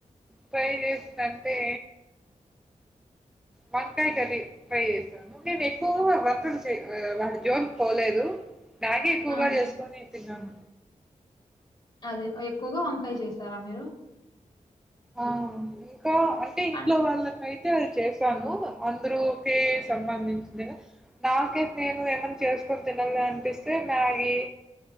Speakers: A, in the centre; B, on the left.
A: ఫ్రేయి చేస్తా అంటే వంకాయ కర్రీ ట్రై చేసాను నేను ఎక్కువ వర్తలు చె వాడి జోన్కి పోలేదు నాకే ఎక్కువగా
B: ఆ!
A: చేసుకొనితింటున్నాను
B: అదే ఎక్కువగా వంకాయ చేసారా మీరు
A: ఆ ఇంకా అంటే ఇంట్లో
B: అన్
A: వాళ్ళకై తే అది చేశాను అందరూకే సంబంధించిందిగ నాకైతే నేను ఏమన్నా చేస్ కొని తినలనిపిస్తే మ్యాగి